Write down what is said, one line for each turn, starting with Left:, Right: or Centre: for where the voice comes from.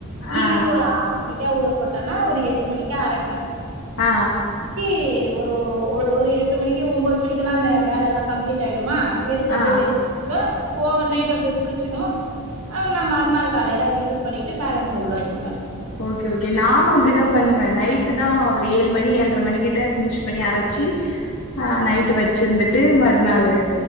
Right: ஈவினிங்
Left: ஆ
Right: ஒரு ஆறு மணிக்கா ஊறப்போட்டன்னா ஒரு எட்டு மணிக்கா அரப்பே
Left: ஆ
Right: கீ ஒரு ஒரு எட்டு மணிக்கு ஒன்பது மணிக்குல்லா. அந்த வேலை எல்லா கம்ப்ளீட் ஆயிடுமா எடுத்து அப்டியே
Left: ஆ
Right: வெளி வே ஓவர் நைட் அப்டியே பூளுச்சுடு ஆ நா மறுநாள் காலைல அத யூஸ் பண்ணிட்டு பேலன்ஸ் உள்ள வச்சுருவே
Left: ஓகே ஓகே நானு அப்டிதா பண்ணுவே நைட்டு தா ஒரு ஏழு மணி ஏழரை மணிக்கு டா ஃபினிஷ் பண்ணி அரைச்சி ஆ நைட்டு வச்சிருந்துட்டு மறுநாளு